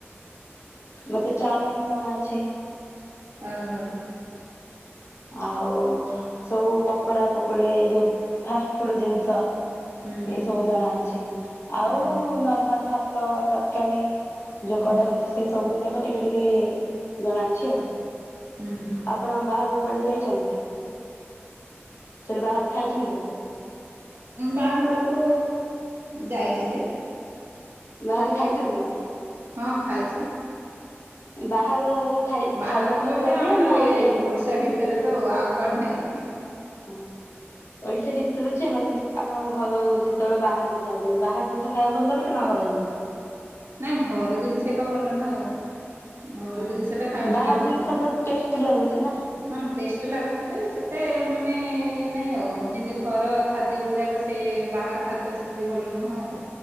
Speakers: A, on the left (about 75°); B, on the right (about 60°).
A: ମତେ ଚାଉମିିନ ଜଣା ଅଛି।
B: ଓ ହୋ
A: ଆଉ ସବୁ ପକୋଡା ପକୋଡି ଯୋଉ ଫାଷ୍ଟ ଫୁଡ ଜିନିଷ
B: ହୁଁ
A: ଏଇ ସବୁ ଜଣା ଅଛି ଆଉ
B: ହୁଁ
A: ନର୍ମାଲ ଭାତ। ତ ତକାରୀ ଯୋଉ
B: ହୁଁ
A: କରା ହଉଛି ସେଇ ସବୁ ଜାକ ଟିକେ ଟିକେ ଜଣାଅଛି ଆଉ।
B: ହୁଁ ହୁଁ
A: ଆପେଣ ବାହାରୁ ପଡି ଯାଇଛନ୍ତି। ସେଠି ବାହାରେ ଖାଇଛନ୍ତି କେବେ
B: ବାହାରୁ କୁ ଯାଇଛି ଯେ
A: ବାହାରେ ଖାଇଛନ୍ତି କଣ?
B: ହଁ ଖାଇଛି।
A: ବାହାରର ଖାଇ
B: ବାହାରକୁ
A: ଖାଇବା ଭଲ
B: ବଲେ
A: ଲାଗେ
B: ଆମର
A: ନା
B: ଏ
A: ଏଇଠି
B: ଓଡିଶା ଭିତରେ ତ ଆଉ କୁଆଡ଼େ ନାହିଁ।
A: ହଁ ଓଡିଶା ଭିତରେ ଯେ ମାନେ ଆପଣଙ୍କ ଘର ଯେତେବେଳେ ବାହାରକୁ ଯାଉଛନ୍ତି ବାହାର ଜିନିଷ ଖାଇବାକୁ ଭଲ ଲାଗୁଛି ନା ଘର ଜିନିଷ?
B: ନାଇଁ ଘର ଜିନିଷ ଏକ ଭଲ ନା ଆଉ। ଘର
A: ହଁ
B: ଜିନିଷ ଟା ଖାଇବାକୁ
A: ବାହାର
B: ଏକା ଭଲ
A: ଜିନିଷ ତ ଟେଷ୍ଟି ଲାଗୁଛି ନା
B: ହଁ ଟେଷ୍ଟ ଲାଗୁଛି ଯେ ଏତେ ମାନେ ଇଏ ନାହିଁ ଆଉ ଯେମିତି ଘର ଖାଦ୍ୟ ଭଳିଆକ ସେ ବାହାର ଖାଦ୍ୟ ସେମିତି ଭଲ ନୁହେଁ ଆଉ।